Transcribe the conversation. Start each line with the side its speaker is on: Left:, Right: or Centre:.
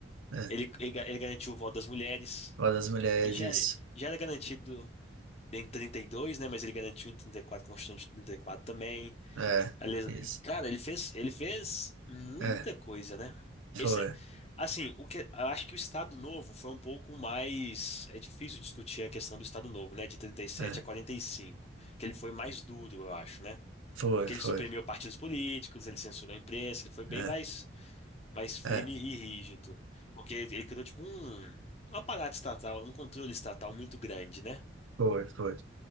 Right: é.
Left: Ele, ele, ga- ele garantiu o voto das mulheres.
Right: Uma das mulheres,
Left: E Já,
Right: isso.
Left: já era garantido em trinta e dois né? Mas ele garantiu em 34, Constituição de 34 também.
Right: É,
Left: Aliás,
Right: isso.
Left: e, cara, ele fez, ele fez muita
Right: É,
Left: coisa, né? Esse,
Right: foi.
Left: é- assim, o que, eu acho que o Estado Novo foi um pouco mais. É difícil discutir a questão do Estado Novo, né? De trinta e sete
Right: é.
Left: a 45 que ele foi mais duro, eu acho, né?
Right: Foi,
Left: Que
Right: foi.
Left: ele suprimiu partidos políticos, ele censurou a imprensa, ele foi bem
Right: É,
Left: mais, mais firme
Right: é,
Left: e rígido. Porque ele criou, tipo, um, um aparato estatal, um controle estatal muito grande, né?
Right: foi, foi.